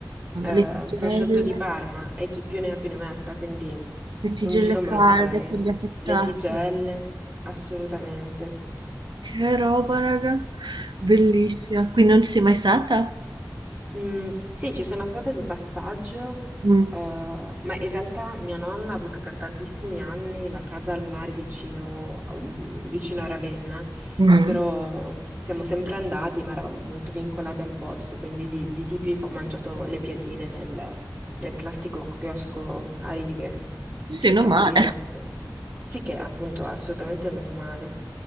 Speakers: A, on the right; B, on the right.
A: eh,
B: Le tigelle,
A: prosciutto di Parma e chi più ne ha più ne metta, quindi
B: le tigelle
A: un giro me
B: calde
A: lo farei.
B: con gli affettati.
A: Le tigelle, assolutamente.
B: Che roba, raga. Bellissima. Qui non ci sei mai stata?
A: Mm, sì, ci sono stata di passaggio,
B: Mm.
A: eh, ma in realtà mia nonna ha avuto per tantissimi anni la casa al mare vicino, a un- vicino a Ravenna,
B: Mm.
A: però siamo sempre andati, ma eravamo molto vincolati al posto, quindi di, di tipico ho mangiato le piadine nel, nel classico chiosco a righe,
B: Sì, non
A: però
B: male.
A: per il resto sì che appunto assolutamente non male.